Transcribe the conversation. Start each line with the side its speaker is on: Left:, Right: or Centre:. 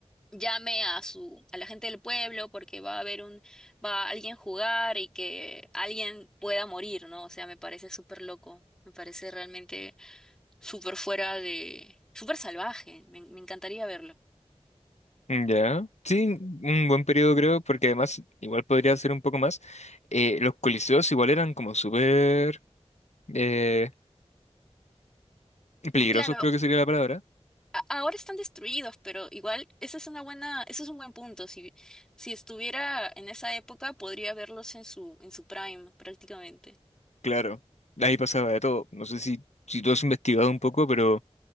Centre: llame a su, a la gente del pueblo porque va a haber un, va a alguien a jugar y que alguien pueda morir, ¿no? O sea, me parece súper loco, me parece realmente súper fuera de, súper salvaje, me, me encantaría verlo.
Left: Ya. Sí, un buen periodo creo, porque además igual podría ser un poco más. Eh, los coliseos igual eran como súper eh, peligrosos,
Centre: claro
Left: creo que sería la palabra.
Centre: a- Ahora están destruidos, pero igual esa es una buena, ese es un buen punto. Si, si estuviera en esa época, podría verlos en su, en su prime, prácticamente.
Left: Claro, ahí pasaba de todo. No sé si, si tú has investigado un poco, pero